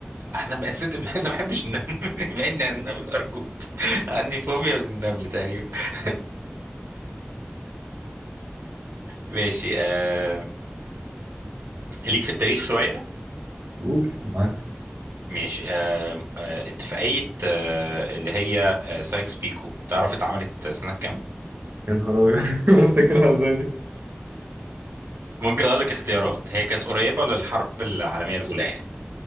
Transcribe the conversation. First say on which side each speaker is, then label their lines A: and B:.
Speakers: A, on the right; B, on the right.
A: احنا بقى ست <laughs> انا ما بحبش النمل <laughs> بعدني عن النمل ارجوك عندي فوبيا من النمل تقريبا <laughs> ماشي آه... ليك في التاريخ شويه
B: قول معاك
A: ماشي آه... آه... اتفاقيه آه... اللي هي آه... سايكس بيكو تعرف اتعملت سنه كام
B: يا نهار أبيض <laughs> بفتكرها إزاي دي؟
A: ممكن اقول لك اختيارات هي كانت قريبه للحرب العالميه الاولى يعني